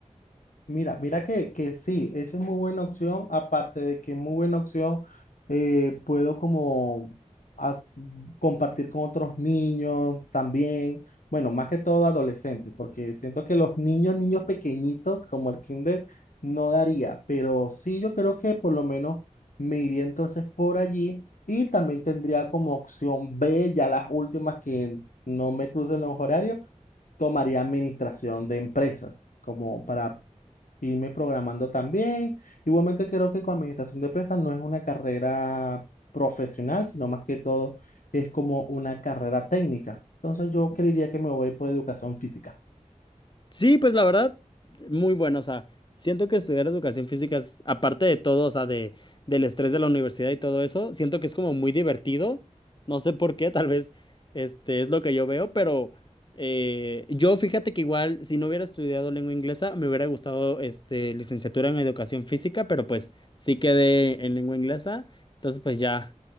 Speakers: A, on the left; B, on the left.
A: Mira, mira que, que sí, esa es muy buena opción, aparte de que es muy buena opción, eh, puedo como as- compartir con otros niños también, bueno, más que todo adolescentes, porque siento que los niños, niños pequeñitos como el kinder, no daría, pero sí yo creo que por lo menos me iría entonces por allí y también tendría como opción B, ya las últimas que no me crucen los horarios tomaría administración de empresas, como para irme programando también. Igualmente creo que con administración de empresas no es una carrera profesional, sino más que todo es como una carrera técnica. Entonces yo creería que me voy por educación física.
B: Sí, pues la verdad, muy bueno. O sea, siento que estudiar educación física es, aparte de todo, o sea, de, del estrés de la universidad y todo eso, siento que es como muy divertido. No sé por qué, tal vez este es lo que yo veo, pero eh, yo fíjate que igual, si no hubiera estudiado lengua inglesa, me hubiera gustado este, licenciatura en educación física, pero pues sí quedé en lengua inglesa, entonces pues ya